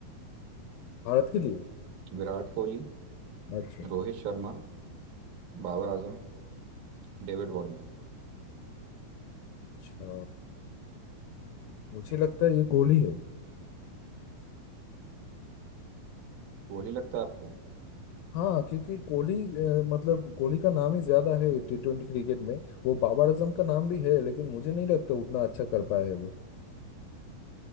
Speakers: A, on the left; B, on the right.
A: भारत के लिए
B: Virat Kohli
A: अच्छा
B: Rohit Sharma Babar Azam David Warner
A: अच्छा मुझे लगता है ये कोहली है
B: कोहली लगता है आपको
A: हाँ क्योंकि कोहली अ, मतलब कोहली का नाम ही ज्यादा है टी ट्वेंटी क्रिकेट में वो बाबर आजम का नाम भी है लेकिन मुझे नहीं लगता उतना अच्छा कर पाया है वो